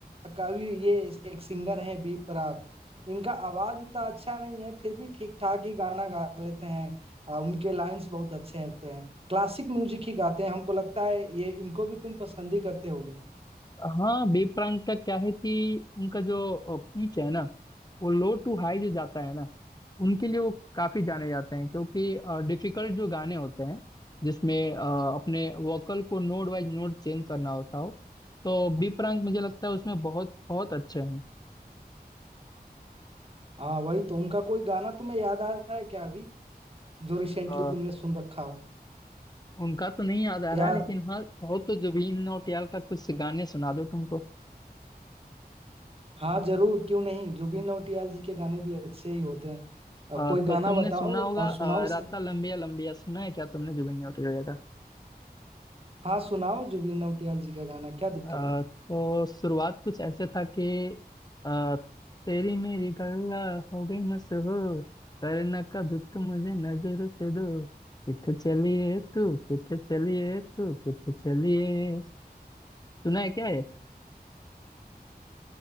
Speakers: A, on the right; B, on the left.
A: कवि ये एक सिंगर है बी प्राक इनका आवाज उतना अच्छा नहीं है फिर भी ठीक ठाक ही गाना गा लेते हैं आ, उनके लाइंस बहुत अच्छे होते हैं क्लासिक म्यूजिक ही गाते हैं हमको लगता है ये इनको भी तुम पसंद ही करते होगे
B: हाँ बी प्राक का क्या है कि उनका जो पिच है ना वो लो टू हाई जो जाता है ना उनके लिए वो काफी जाने जाते हैं क्योंकि डिफिकल्ट जो गाने होते हैं जिसमें अ, अपने वोकल को नोड वाइज नोड चेंज करना होता हो तो बी प्राक मुझे लगता है उसमें बहुत बहुत अच्छे हैं
A: हाँ वही तो उनका कोई गाना तुम्हें याद आ रहा है क्या अभी जो रिसेंटली
B: अ,
A: तुमने सुन रखा हो
B: उनका तो नहीं याद आ
A: या
B: रहा है लेकिन हाँ हो तो जुबिन नौटियाल का कुछ गाने सुना दो तुमको
A: हाँ जरूर क्यों नहीं जुबिन नौटियाल जी के गाने भी अच्छे ही होते हैं अ,
B: अ,
A: कोई गाना
B: तो तुमने
A: बताओ
B: सुना होगा
A: और
B: अ,
A: सुनाओ उसे
B: राता लंबिया लंबिया सुना है क्या तुमने जुबिन नौटियाल का
A: हाँ सुनाओ जुबिन नौटियाल जी का गाना क्या दिक्कत
B: अ,
A: है
B: तो शुरुआत कुछ ऐसे था कि अ, तेरी मेरी गल्ला हो गई मशहूर करना कभी तू मुझे नजर से दूर किथे चलिए तू किथे चलिए तू किथे चलिए सुना है क्या ये